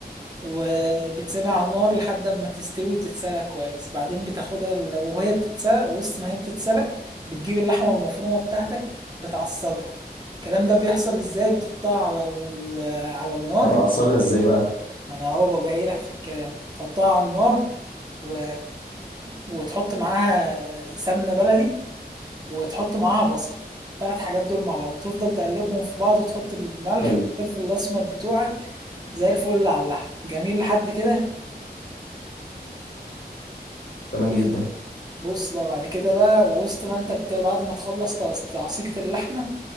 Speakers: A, on the right; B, on the left.
A: وبتسيبها على النار لحد ما تستوي وتتسلق كويس بعدين بتاخدها ال- وهي بتتسلق وسط ما هي بتتسلق بتجيب اللحمة المفرومة بتاعتك بتعصجها الكلام ده بيحصل ازاي بتحطها على ال- على النار
B: طب اعصجها ازاي بقى
A: ما انا اهو جاي لك في الكلام تحطها على النار و... وتحط معاها سمنة بلدي وتحط معاها بصل التلات حاجات دول مع بعض تفضل تقلبهم في بعض وتحط الملح
B: حلو
A: والفلفل الأسمر بتوعك زي الفل على اللحم جميل لحد كده
B: تمام
A: بص
B: جدا
A: بص بقى بعد كده بقى وسط ما انت بت... بعد ما تخلص تعص- تعصيجة اللحمة